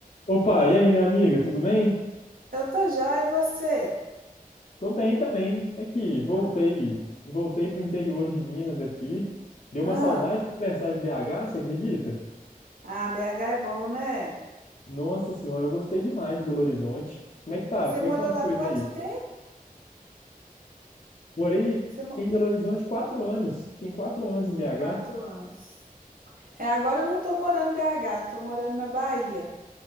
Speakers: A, on the left; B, on the right.
A: Opa, e aí, minha amiga, tudo bem?
B: Eu tô jóia, e você?
A: Tô bem também. Aqui, voltei,
B: Ah,
A: voltei pro interior de Minas aqui. Deu
B: ah,
A: uma saudade de conversar de BH, você acredita?
B: ah, BH é bom, né?
A: Nossa senhora, eu gostei demais de Belo Horizonte. Como é que tá?
B: Você
A: Como
B: morou
A: é que estão as
B: lá
A: coisas
B: quanto
A: aí?
B: tempo?
A: Morei,
B: Você mo-
A: fiquei em Belo Horizonte quatro anos. Fiquei em quatro anos em BH.
B: Quatro anos. É, agora eu não tô morando em BH, tô morando na Bahia.